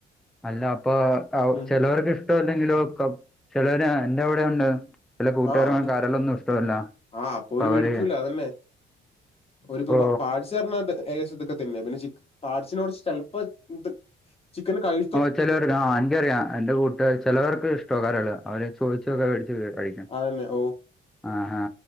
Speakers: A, in the centre; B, on the left.
A: അല്ല അപ്പൊ അവ്
B: ഉം
A: ചെലോർക്ക് <unintelligible> ചെലോര് അന്റെ അവ്ടെണ്ട് ചെല കൂട്ടുകാര
B: ആ അത്
A: കരളൊന്നും ഇഷ്ടല്ല
B: ആ
A: അപ്പ അവര്
B: അതന്നെ. ഒരുപ്പോ
A: ഓ
B: പാട്സ്ർഞ്ഞാ ഏകദേശം ഇതൊക്കെ തന്നെ പിന്നെ ചി പാട് സിനോട് ചെലപ്പോ ഇണ്ട്. ചിക്കൻ കഴ്
A: ഓ ചെലര് ആ എനിക്കറിയാം എന്റെ കൂട്ട്കാര് ചെലവർക്ക് ഇഷ്ട കരള്അവര് ചോയ്ച്ചൊക്കെ മേടിച്ച് കഴിക്കും.
B: അതെനെ ഓ.
A: ആഹാ